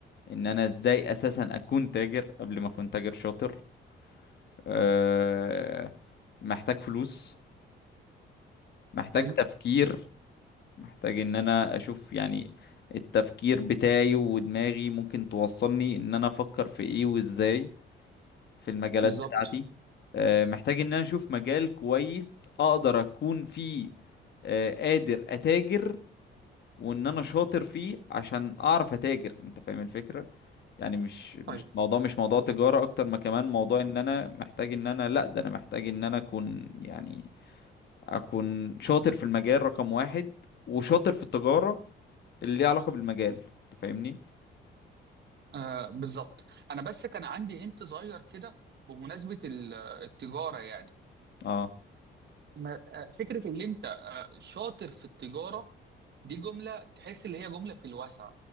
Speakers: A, on the left (about 60°); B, on the right (about 60°).
A: ان انا ازاي اساسا اكون تاجر قبل ما اكون تاجر شاطر آه، محتاج فلوس محتاج
B: حلو
A: تفكير محتاج ان انا اشوف يعني التفكير بتاعي ودماغي ممكن توصلني ان انا افكر في ايه وازاي في المجالات
B: بالظبط
A: بتاعتي آه، محتاج ان انا اشوف مجال كويس اقدر اكون فيه آه، قادر اتاجر وان انا شاطر فيه عشان اعرف اتاجر انت فاهم الفكرة يعني مش مش
B: طيب
A: موضوع مش موضوع تجارة اكتر ما كمان موضوع ان انا محتاج ان انا لا ده انا محتاج ان انا اكون يعني اكون شاطر في المجال رقم واحد وشاطر في التجارة اللي ليها علاقة بالمجال انت فاهمني
B: آه بالظبط انا بس كان عندي هنت صغير كده بمناسبه ال- التجاره يعني
A: اه
B: ما- آه، فكره ان انت آه، شاطر في التجاره دي جمله تحس اللي هي جمله في الواسع